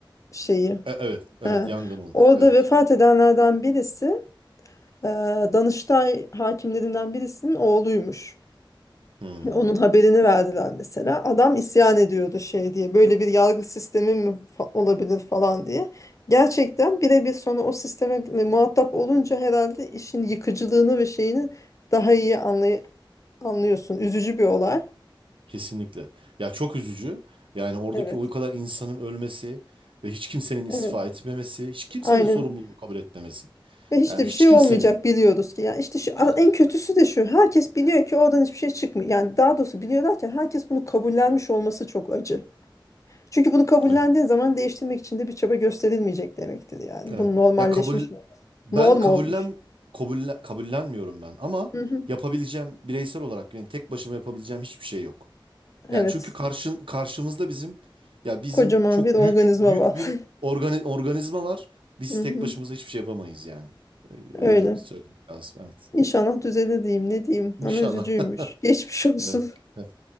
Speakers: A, on the left (about 35°); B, on the right (about 80°).
A: şeyi.
B: E- evet evet
A: E,
B: yangın olmuş
A: orada
B: evet
A: vefat edenlerden birisi e, Danıştay hakimlerinden birisinin oğluymuş.
B: Hmm.
A: Onun haberini verdiler mesela. Adam isyan ediyordu şey diye. Böyle bir yargı sistemi mi fa- olabilir falan diye. Gerçekten birebir sonra o sisteme muhatap olunca herhalde işin yıkıcılığını ve şeyini daha iyi anlay anlıyorsun. Üzücü bir olay.
B: kesinlikle ya çok üzücü yani oradaki
A: Evet.
B: o kadar insanın ölmesi ve hiç kimsenin istifa
A: Evet.
B: etmemesi hiç kimsenin
A: Aynen.
B: sorumluluğu kabul etmemesi
A: Ve hiç
B: yani
A: de bir
B: hiç
A: şey
B: kimsenin
A: olmayacak biliyoruz ki. Yani işte şu, a-
B: Ha,
A: en kötüsü de şu. Herkes biliyor ki oradan hiçbir şey çıkmıyor. Yani daha doğrusu biliyorlar ki herkes bunu kabullenmiş olması çok acı. Çünkü bunu kabullendiğin
B: evet.
A: zaman değiştirmek için de bir çaba gösterilmeyecek demektir yani.
B: Evet.
A: Bu normalleşmiş
B: Ya kabul
A: olması.
B: ben
A: Norm
B: kabullen
A: olmuş.
B: kabulle- kabullenmiyorum ben ama
A: Hı hı.
B: yapabileceğim bireysel olarak yani tek başıma yapabileceğim hiçbir şey yok.
A: Evet.
B: Yani çünkü karşın karşımızda bizim ya bizim
A: Kocaman
B: çok
A: bir organizma
B: büyük büyük
A: var.
B: bir organi- organizma var. Biz
A: <laughs> Hı hı.
B: tek başımıza hiçbir şey yapamayız yani. Ee,
A: Öyle.
B: Öyle söylemek lazım. Evet.
A: İnşallah düzelir diyeyim ne diyeyim
B: İnşallah.
A: ama üzücüymüş.
B: <laughs>
A: Geçmiş olsun.
B: Evet. Evet.